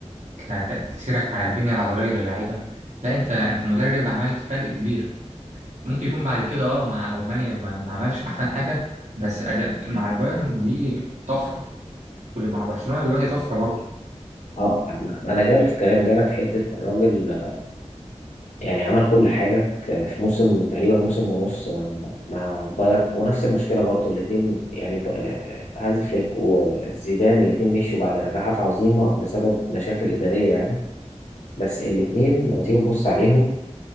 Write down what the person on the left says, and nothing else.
اه ما ما انا جالي في الكلام جالك في حته الراجل يعني عمل كل حاجة في في موسم تقريبا موسم ونص مع, مع بايرن ونفس المشكلة برضو الاتنين يعني ب- آه، هانز فليك وزيدان الاتنين مشوا بعد نجاحات عظيمة بسبب مشاكل إدارية يعني بس الاتنين لما تيجي تبص عليهم